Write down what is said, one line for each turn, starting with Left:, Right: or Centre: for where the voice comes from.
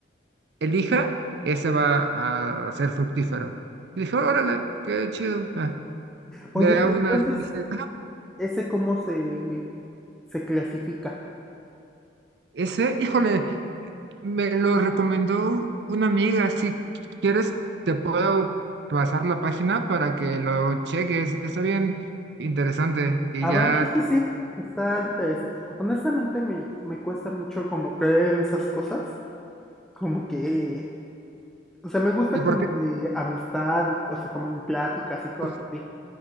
Right: elija, ese va a ser fructífero. Y dije, órale, qué chido. eh,
Centre: Oye,
Right: Me da
Centre: pues
Right: una
Centre: entonces,
Right: especie
Centre: ¿ese cómo se, se clasifica?
Right: Ese, híjole, me lo recomendó una amiga. Si quieres, te puedo pasar la página para que lo cheques. Está bien interesante. Y
Centre: A
Right: ya,
Centre: Mm, ver, sí, sí, sí. Está interesante. Honestamente, me, me cuesta mucho como creer en esas cosas. Como que, o sea, me gusta
Right: ¿y por
Centre: como
Right: qué?
Centre: de amistad y, o sea, como en pláticas y cosas
Right: <laughs>
Centre: así.